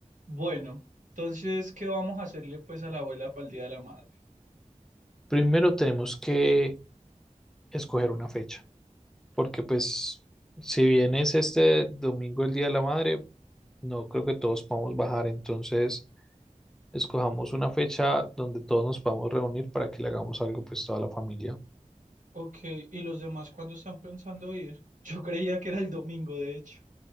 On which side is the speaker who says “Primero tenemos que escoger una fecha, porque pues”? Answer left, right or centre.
Centre